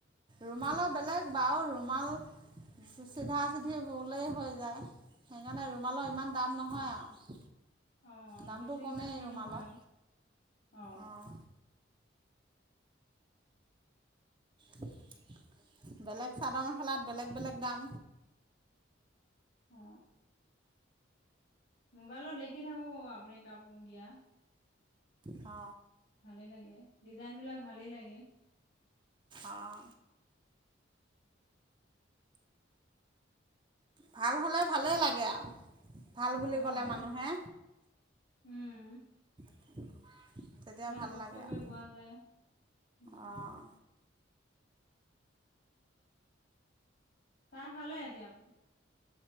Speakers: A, on the right; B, on the left.
A: ৰুমালো বেলেগ বাৰু ৰুমাল চিধা, চিধি বলে হৈ যায়। সেইকাৰণে ৰুমালৰ ইমান দাম নহয় আৰু।
B: আহ
A: দামটো
B: বেছি
A: কমেই
B: খাটনি
A: ৰুমালত
B: নহয় আহ।
A: অঁ বেলেগ চাদৰ মেখেলাত বেলেগ, বেলেগ দাম।
B: অ। মোবাইলত দেখি থাকো আপুনি কাপোৰ দিয়া।
A: অ।
B: ভালে লাগে ডিজাইন বিলাক ভালেই লাগে।
A: অঁ। ভাল হ'লে ভালেই লাগে আৰু। ভাল বুলি
B: আঁহ,
A: ক'লে মানুহে
B: উম।
A: <inaudible>
B: ইমান
A: ভাল
B: কষ্ট
A: লাগে
B: কৰি
A: আৰু
B: পোৱা যায়, আৰু কি
A: অঁ
B: চাহ খালে এতিয়া আপুনি?